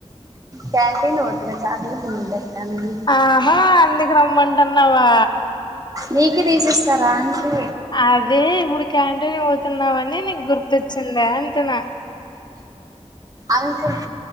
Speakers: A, on the right (about 30°); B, on the left (about 40°).
A: క్యాంటీన్ వొద్దులే చాక్లెట్లు తింటా ఈ టైమ్ లోనే <unintelligible>
B: ఆహా అందుకు రమ్మంటున్నావా
A: నీకి తీసిస్తారా అంటే
B: అదే ఇప్పుడు క్యాంటీనీ పోతున్నావని నీకు గుర్తొచ్చింద అంటున్నా
A: అనుకు